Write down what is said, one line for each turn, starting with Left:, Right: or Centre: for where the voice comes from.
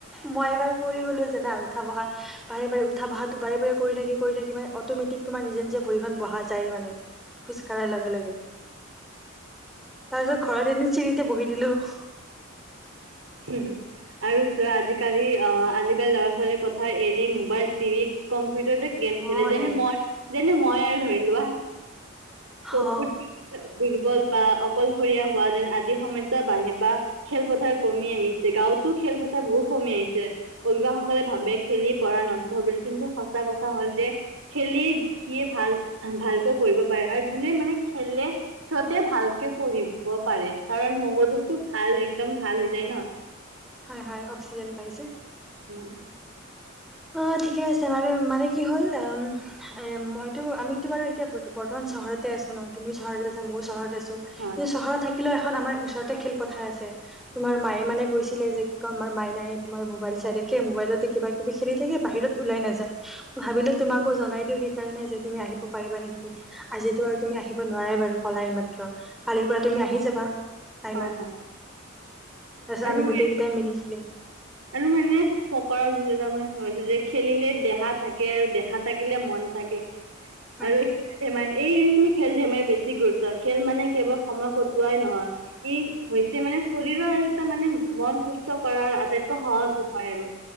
Centre: মই এবাৰ পৰি গলো জানা উঠা বহা বাৰে বাৰে উঠা বহাটো বাৰে বাৰে কৰি থাকি কৰি থাকি মানে অট'মেটিক তোমাৰ নিজে নিজে ভৰিখন বহা যায় মানে খোজ কঢ়াৰ লগে লগে তাৰপিছত ঘৰত এদিন চিৰিতে বহি দিলো <inaudible>
Right: হু হু আৰু চোৱা আজি-কালি অ আজি-কালি ল'ৰা-ছোৱালী পথা মোবাইল, টিভি, কম্পিউটাৰতে গেম খেলে
Centre: অ
Right: যেনে
Centre: ৰে
Right: মই যেনে মই আৰু ধৰি লোৱা <unintelligible>
Centre: অ
Right: দুৰ্বল বা অকলশৰীয়া হোৱা যেন আদি সমস্যা বাঢ়ে বা খেলপথাৰ কমি আহিছে গাঁৱতো খেলপথাৰ বহুত কমি আহিছে অভিভাৱকসকলে ভাবে খেলি পঢ়া নষ্ট হব কিন্তু সঁচা কথা হ'ল যে খেলি সিয়ে ভাল ভালকৈ কৰিব পাৰে আৰু যোনে মানে খেলে সিহঁতে ভালকে পঢ়িব পাৰে কাৰণ মগজুটো ভাল একদম ভাল হৈ যায় ন।
Centre: হয় হয় অক্সিজেন পাই যে।
Right: উম
Centre: অ ঠিকে আছে মানে মানে কি হ'ল উম এ মইতো আমিতো বাৰু এতিয়া বৰ্তমান চহৰতে আছো ন তুমি চহৰতে আছা মইয়ো চহৰত আছো
Right: হয়
Centre: কিন্তু চহৰত থাকিলেও এখন আমাৰ ওচৰতে খেলপথাৰ আছে। তোমাৰ মায়ে মানে কৈছিলে যে ক আমাৰ মাইনাই তোমাৰ মবাইল চাই থাকে মোবাইলতে কিবা কিবি খেলি থাকে বাহিৰত ওলাই নাযায় ভাবিলো তোমাকো জনাই দিও সেইকাৰণে যে তুমি আহিব পাৰিবা নেকি। আজিতো আৰু তুমি আহিব নোৱাৰাই বাৰু কলা এই মাত্ৰ। কালিৰ পৰা তুমি আহি যাবা
Right: হয়
Centre: টাইমত
Right: হয়
Centre: তাৰপিছত
Right: আৰু
Centre: আমি
Right: মই
Centre: গোটেইকেইটাই মিলি খেলিম।
Right: আৰু মানে ফকৰা-যোজনা <unintelligible> যে খেলিলে দেহা থাকে আৰু দেহা থাকিলে মন থাকে।
Centre: <inaudible>
Right: আৰু খেল ধেমালি এই মানে খেল ধেমালি বেছি গুৰুত্ব খেল মানে কেৱল সময় কটোৱাই নহয় ই হৈছে মানে শৰীৰৰ আৰু এটা মানে মন সুস্থ কৰাৰ আটাইত <unintelligible> আৰু